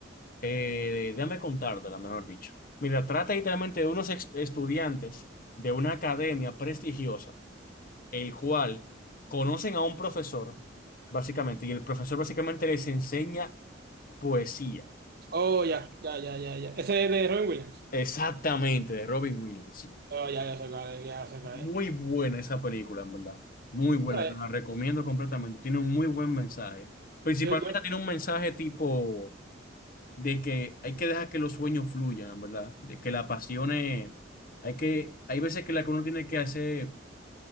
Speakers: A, on the left (about 50°); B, on the right (about 55°).
A: eh, déjame contártela, mejor dicho. Mira, trata literalmente de unos ex- estudiantes de una academia prestigiosa, el cual conocen a un profesor, básicamente, y el profesor básicamente les enseña poesía.
B: Oh, ya, ya, ya, ya, ya. Ese es de Robin Williams.
A: Exactamente, de Robin Williams.
B: Oh, ya, ya se cae, ya se cae.
A: Muy buena esa película, en verdad. Muy buena,
B: ¿Sabes?
A: te la recomiendo completamente. Tiene un muy buen mensaje. Principalmente
B: Yo, yo,
A: tiene un mensaje tipo de que hay que dejar que los sueños fluyan, en verdad. De que las pasiones, hay que, hay veces que la que uno tiene que hacer,